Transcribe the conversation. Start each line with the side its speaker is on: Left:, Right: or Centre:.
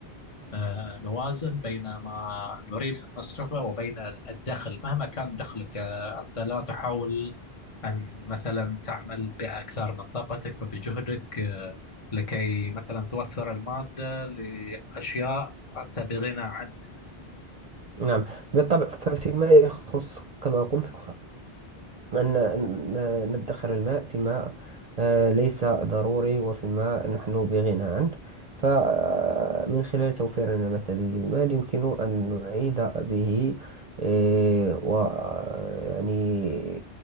Left: آه، نوازن بين ما نريد أن نصرفه وبين الدخل مهما كان دخلك آه، أنت لا تحاول أن مثلا تعمل بأكثر من طاقتك وبجهدك آه، لكي مثلا توفر المادة لأشياء أنت بغنى عنها
Right: نعم بالطبع فيما يخص كما قلت أن أن ندخر الماء فيما آه، ليس ضروري وفيما نحن بغنى عنه فمن خلال توفيرنا مثلا للمال يمكن أن نعيد به آه، ويعني